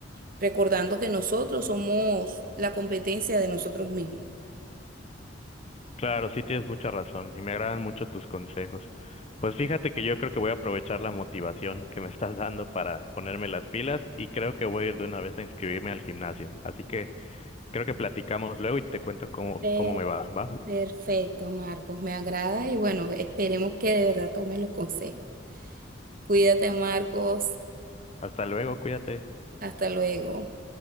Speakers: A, on the right (about 50°); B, on the left (about 35°).
A: recordando que nosotros somos la competencia de nosotros mismos.
B: Claro, sí tienes mucha razón y me agradan mucho tus consejos. Pues fíjate que yo creo que voy a aprovechar la motivación que me estás dando para ponerme las pilas y creo que voy a ir de una vez a inscribirme al gimnasio. Así que creo que platicamos luego y te cuento cómo,
A: Per-
B: cómo me va, ¿va?
A: perfecto, Marcos, me agrada y bueno, esperemos que de verdad tomen los consejos. Cuídate, Marcos.
B: Hasta luego, cuídate.
A: Hasta luego.